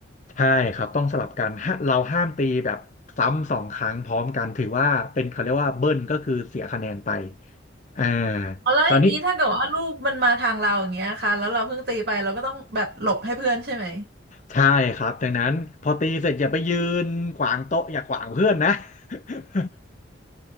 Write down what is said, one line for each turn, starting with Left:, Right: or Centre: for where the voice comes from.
Left: ใช่ครับต้องสลับกันฮะเราห้ามตีแบบซ้ำสองครั้งพร้อมกันถือว่าเป็นเขาเรียกว่าเบิ้ลก็คือเสียคะแนนไปอ่า
Right: อ๋อแล้วอย่างนี้ถ้าเกิดว่าลูกมันมาทางเราอย่างเงี้ยค่ะแล้วเราเพิ่งตีไปเราก็ต้องแบบหลบให้เพื่อนใช่ไหม
Left: คราวนี้ใช่ครับดังนั้นพอตีเสร็จอย่าไปยืนขวางโต๊ะอย่าขวางเพื่อนนะ <laughs>